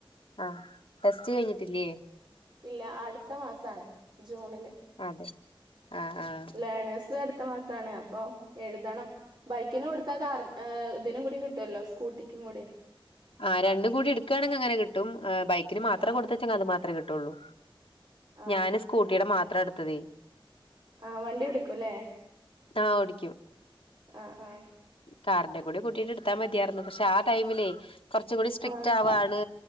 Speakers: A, on the left; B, on the right.
A: അഹ് ടെസ്റ്റ് കഴിഞ്ഞിട്ടില്ലേ
B: ഇല്ല അടുത്ത മാസസാണ് ജൂണില്
A: അതെ അഹ് അഹ്
B: ലേയേർണേഴ്‌സ് അടുത്ത മാസാണ് അപ്പൊ എഴുതണം ബൈക്കിന് കൊടുത്ത കാർ ഏഹ് ഇതിനും കൂടും കിട്ടുല്ലോ സ്കൂട്ടിക്കും കൂടി
A: അഹ് രണ്ട് കൂടി എടുകയാണെങ്കിൽ അങ്ങനെ കിട്ടും ഉഹ് ബൈക്കിന് മാത്രം
B: ആഹ്
A: കൊടുത്തച്ചെങ്കിൽ അത് മാത്രേ കിട്ടുള്ളൂ
B: ആഹ്
A: ഞാന് സ്കൂട്ടീടെ മാത്ര എടുത്തത്
B: അഹ് വണ്ടി ഓടിക്കുല്ലേ
A: ആഹ് ഓടിക്കും
B: അഹ് അഹ്
A: കാറിന്റെ കൂടി കൂട്ടിട്ട് എടുത്താ മതിയായിരുന്നു പക്ഷെ ആ ടൈമിലേ കുറച്ചും കൂടി സ്ട്രിക്ട്
B: ആഹ്
A: ആവാണ്